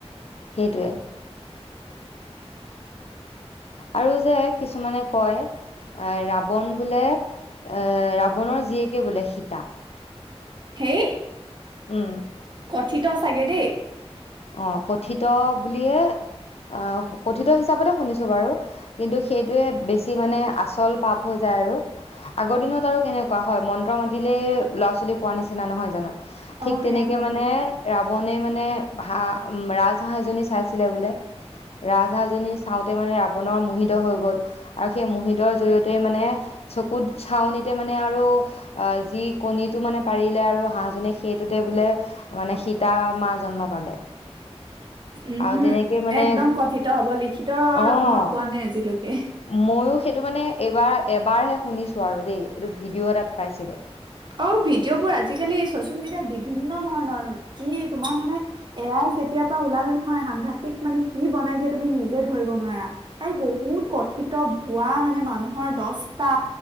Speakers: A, on the left (about 65°); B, on the right (about 45°).
A: সেইটোৱে আৰু যে কিছুমানে কয় আহ ৰাৱন বোলে এ ৰাৱণৰ জীয়েকে বোলে সীতা
B: হেই
A: উম
B: কথিত চাগে দেই
A: অ কথিত বুলিয়ে অ কথিত হিচাপতে শুনিছো বাৰু কিন্তু সেইটোোৱে বেছি মানে আচল পাপ হৈ যায় আৰু আগৰ দিনত আৰু কেনেকুৱা হয় মন্ত্ৰ মাতিলেে ল'ৰা ছোৱালী পোৱা নিচিনা নহয় জানো ঠিক
B: অ',
A: তেনেকে
B: সেয়া হয়
A: মানে
B: বাৰু।
A: ৰাৱণে মানে হাঁহ উ ৰাজহাঁহ এজনী চাইছিলে বোলে ৰাজহাঁহজনী চাওঁতে মানে ৰাৱণৰ মোহিত হৈ গল আৰু সেই মোহিতৰ জৰিয়তে মানে চকুত চাৱনিতে মানে আৰু যি কণীটো মানে পাৰিলে আৰু হাঁহজনী সেইটোতে বোলে মানে সীতা মা জন্ম পালে
B: উম
A: আৰু
B: হম
A: তেনেকৈ মানে
B: একদম কথিত হব লিখিত
A: অঁ
B: মই পোৱা নাই আজিলৈকে
A: ময়ো সেইটো মানে এইবাৰ এবাৰহে শুনিছো আৰু দেই এইটো ভিডিঅ' এটাত পাইছিলোঁ
B: অ ভিডিঅ' বোৰ আজিকালি চচিয়েল মিডিয়াত বিভিন্ন ধৰণৰ কি তোমাৰ মানে এআই যেতিয়া পৰা ওলালে নহয় সাংঘাতিক মানে কি বনাই দিয়ে তুমি নিজে ধৰিব নোৱাৰা আৰু বহুত কথিত ভুৱা মানে মানুহৰ দচটা